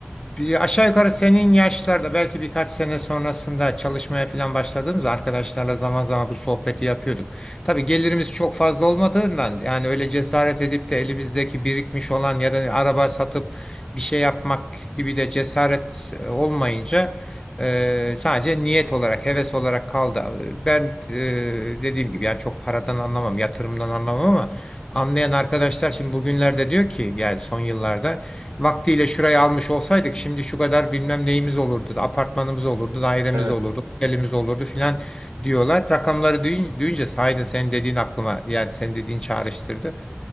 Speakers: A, on the left; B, on the right.
A: Bir aşağı yukarı senin yaşlarda belki birkaç sene sonrasında çalışmaya falan başladığımızda arkadaşlarla zaman zaman bu sohbeti yapıyorduk. Tabii gelirimiz
B: Hı hı.
A: çok fazla olmadığından yani öyle cesaret edip de elimizdeki birikmiş olan ya da araba satıp bir şey yapmak gibi de cesaret e, olmayınca e, sadece niyet olarak, heves olarak kaldı. Ben e, dediğim gibi yani çok paradan anlamam, yatırımdan anlamam ama anlayan arkadaşlar şimdi bugünlerde diyor ki yani son yıllarda Vaktiyle şurayı almış olsaydık şimdi şu kadar bilmem neyimiz olurdu. Apartmanımız olurdu, dairemiz
B: Evet.
A: olurdu, otelimiz olurdu filan
B: Hı hı.
A: diyorlar. Rakamları duyun- duyunca sahiden senin dediğin aklıma yani senin dediğin çağrıştırdı.